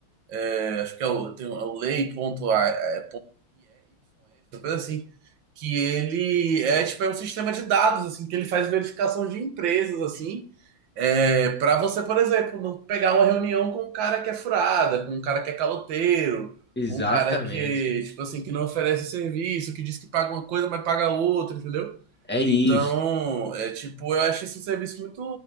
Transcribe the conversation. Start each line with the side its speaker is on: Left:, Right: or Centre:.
Right: é, acho que é o, tem, um, é o lei.ie, uma coisa assim, que ele é tipo é um sistema de dados, assim, que ele faz verificação de empresas, assim, é, para você, por exemplo, não pegar uma reunião com um cara que é furada, com um cara que é caloteiro,
Centre: exatamente.
Right: um cara que, tipo assim, que não oferece serviço, que diz que paga uma coisa, mas paga outra, entendeu?
Centre: É isso.
Right: Então, é tipo, eu acho esse serviço muito,